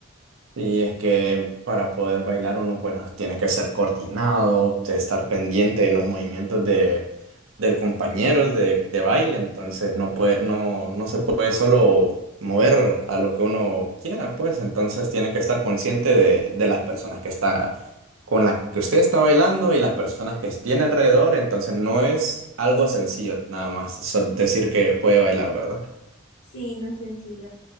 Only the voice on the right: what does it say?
Y es que para poder bailar uno, bueno, tiene que ser coordinado, de estar pendiente de los movimientos de, del compañero de, de baile, entonces no puede, no, no se puede solo mover a lo que uno quiera, pues entonces tiene que estar consciente de, de las personas que está, con las que usted está bailando y las personas que tiene alrededor, entonces no es algo sencillo nada más sol- decir que puede bailar, ¿verdad?